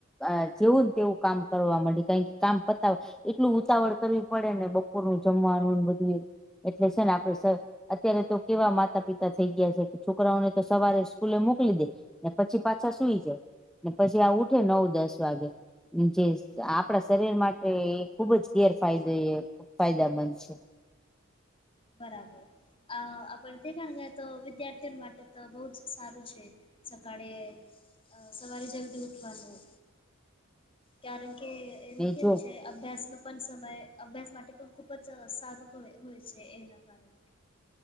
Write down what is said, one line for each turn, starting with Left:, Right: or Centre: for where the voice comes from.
Centre: અ જેવુંને તેવું કામ કરવા મળી જાય કામ પતા એટલું ઉતાવળ કરવી પડે ને બપોરનું જમવાનું ને બધું એટલે છે ને અત્યારે તો કેવા માતા પિતા થઈ ગયા છે કે છોકરાઓને તો સવારે સ્કૂલે મોકલી દે પછી પાછા સુઈ જાય ને પછી આ ઉઠે નવ દસ વાગે જે
Left: બરાબર
Centre: આપણા શરીર માટે એ ખુબ જ ગેરફાયદો એ ફાયદાામંધ છે
Left: બરાબર આપ તે કાર તો વિદ્યાર્થીઓ તો બહુ જ સારું છે. <unintelligible> સવારે જલ્દી ઉઠવાનું કારણ કે. એનો
Centre: ને
Left: કેમ
Centre: જો
Left: છે અભ્યાસ ન પણ સમય અભ્યાસ માટે પણ ખુબ જ સારું હોય છે. એના કારણ